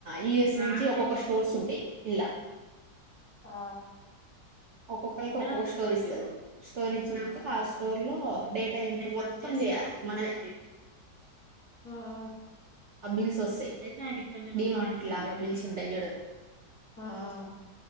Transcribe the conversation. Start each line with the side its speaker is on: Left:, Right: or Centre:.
Right: యు ఎస్ నుంచి ఒక్కొక్క స్టోర్స్ ఉంటాయి ఇల్ల
Left: ఆ
Right: ఒక్కొక్కళకి ఒక్కొక్క స్టోర్ ఇస్తరు స్టోర్ ఇచ్చినంక ఆ
Left: ఉమ్
Right: స్టోర్ లో డే ట ఎంట్రి మొత్తం జెయ్యాలి మనమే
Left: ఉమ్
Right: అ బిల్స్ వస్తాయి డీ మాట్ ఇట్లాగా
Left: ఉమ్
Right: బిల్స్ ఉంటాయి జూడు
Left: ఉమ్